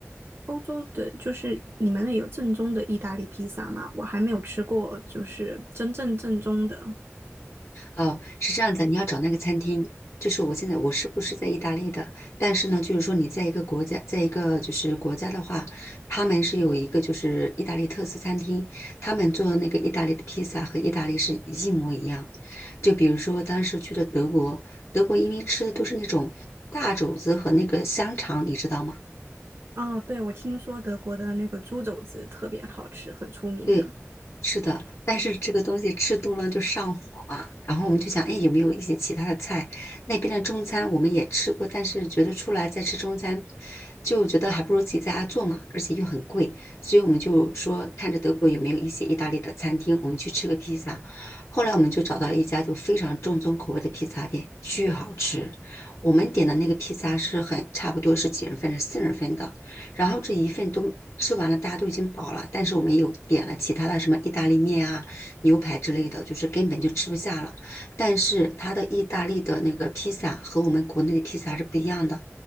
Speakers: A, on the right; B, on the left.
A: 欧洲的，就是你们那有正宗的意大利披萨吗？我还没有吃过，就是真正正宗的。
B: 哦，是这样子，你要找那个餐厅，就是我现在我是不是在意大利的？但是呢，就是说你在一个国家，在一个就是国家的话，他们是有一个就是意大利特色餐厅，他们做的那个意大利的披萨和意大利是一模一样。就比如说当时去了德国，德国因为吃的都是那种大肘子和那个香肠，你知道吗？
A: 哦，对，我听说德国的那个猪肘子特别好吃，很出名的。
B: 对，是的，但是这个东西吃多了就上火嘛。然后我们就想，哎，有没有一些其他的菜？那边的中餐我们也吃过，但是觉得出来再吃中餐，就觉得还不如自己在家做嘛，而且又很贵，所以我们就说，看着德国有没有一些意大利的餐厅，我们去吃个披萨。后来我们就找到了一家就非常正宗口味的披萨店，巨好吃。我们点的那个披萨是很差不多是几人份，是四人份的。然后这一份都吃完了，大家都已经饱了，但是我们有点了其他的什么意大利面啊、牛排之类的，就是根本就吃不下了。但是它的意大利的那个披萨和我们国内的披萨是不一样的，